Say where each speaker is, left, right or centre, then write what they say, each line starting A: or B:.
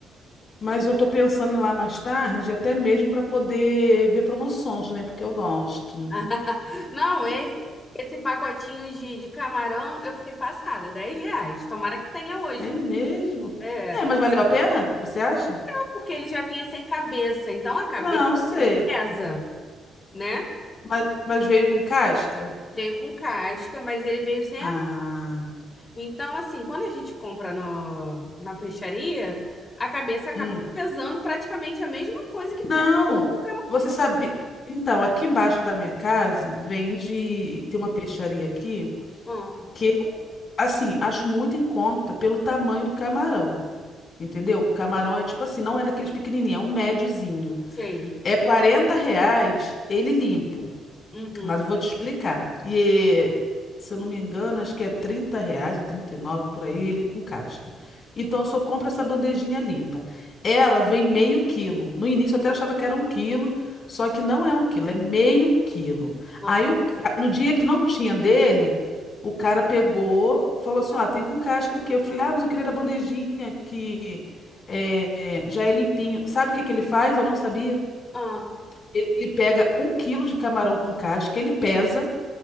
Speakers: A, on the left; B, on the left.
A: Mas eu tô pensando em ir lá mais tarde, até mesmo para poder ver promoções, né? Porque eu gosto.
B: <laughs> Não, esse, esse pacotinho de, de camarão eu fiquei passada, 10 reais. Tomara que tenha hoje.
A: É
B: né?
A: mesmo?
B: É.
A: É, mas valeu a pena? Você acha?
B: Não, porque ele já vinha sem cabeça, então a cabeça
A: Não, sei.
B: pesa, né?
A: Mas, mas veio com casca?
B: Veio com casca, mas ele veio sem
A: Ah,
B: a... Então, assim, quando a gente compra no, na peixaria, a cabeça acaba
A: hum.
B: pesando praticamente a mesma coisa que pesa
A: Não,
B: o corpo do
A: você sabe. Então, aqui embaixo da minha casa vende. Tem uma peixaria aqui
B: Ah,
A: que eu, assim, acho muito em conta pelo tamanho do camarão. Entendeu? O camarão é tipo assim, não é daqueles pequenininhos, é um médiozinho.
B: sei.
A: É 40 reais ele limpo,
B: Uhum.
A: mas eu vou te explicar. E se eu não me engano, acho que é 30 reais ou 39 por aí, ele com casca. Então eu só compro essa bandejinha limpa. Ela vem meio quilo. No início eu até achava que era um quilo, só que não é um quilo, é meio quilo.
B: Ah,
A: Aí o ca- no dia que não tinha dele, o cara pegou, falou assim: ó, tem com casca aqui. Eu falei: ah, mas eu queria da bandejinha que é, é, já é limpinho. Sabe o que que ele faz? Eu não sabia.
B: ah.
A: Ele pega um quilo de camarão com casca, ele pesa